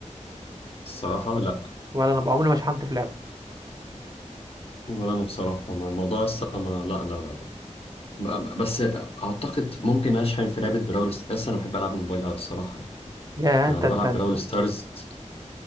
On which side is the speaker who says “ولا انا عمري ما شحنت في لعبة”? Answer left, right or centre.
Right